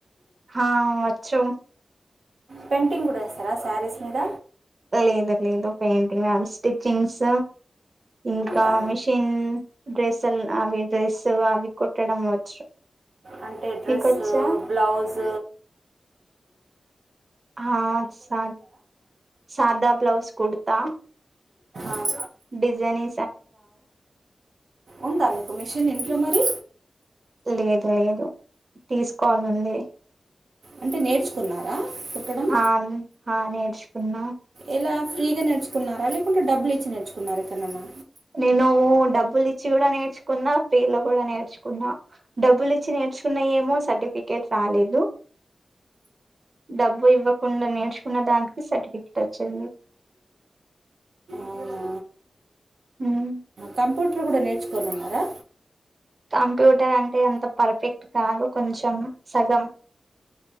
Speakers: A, on the right (about 45°); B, on the right (about 75°).
A: హా వచ్చు
B: పెంటింగ్ కూడా వేస్తారా శారీస్ మీద
A: లేదు లేదు పెయింటింగ్ మ్యామ్ స్టిచ్చింగ్స్ ఇంకా
B: ఆ,
A: మిషిన్ డ్రెస్లు అవి డ్రెస్సు అవి కుట్టడం వచ్చు
B: అంటంటే డ్రెస్
A: నీకొచ్చా
B: బ్లౌస్
A: హా సా సాదా బ్లౌజ్ కుడ్తా
B: ఆ.
A: డిజని
B: ఉందా మీకు మిషన్ ఇంట్లో మరి
A: లేదు లేదు తీసుకోవాలంది
B: అంటే నేర్చుకున్నారా కుట్టడం
A: హా హా నేర్చుకున్నా
B: ఎలా ఫ్రీగా నేర్చుకున్నా లేకుంటే డబ్బలు ఇచ్చి నేర్చుకున్నారు ఎక్కడైన్నా
A: నేను డబ్బులు ఇచ్చి కూడా నేర్చుకున్నా ఫ్రీ లో కూడా నేర్చుకున్నా డబ్బులు ఇి చ్చి నేర్చుకున్నా ఏమో సర్టిఫికేట్ రాలేదు డబ్బు ఇవ్వకుండా నే ర్చుకున్న దానిని సర్టిఫికెట్ వచ్చింది
B: అవునా
A: ఉమ్,
B: కంప్యూటర్ కూడా నేర్చుకోని ఉన్నారా
A: కంప్యూటర్ అంటే ఎంత పర్ఫెక్ట్ కాదు కొంచెం సగం